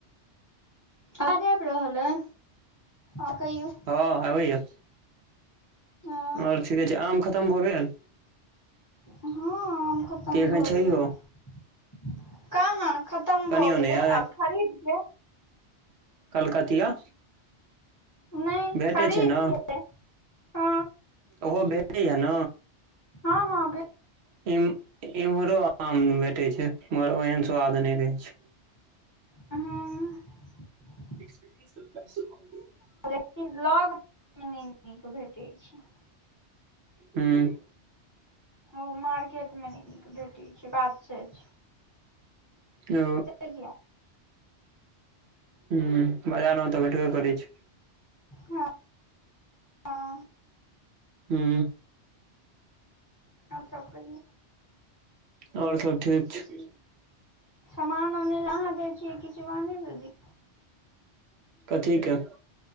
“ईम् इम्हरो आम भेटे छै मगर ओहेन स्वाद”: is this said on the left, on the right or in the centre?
Right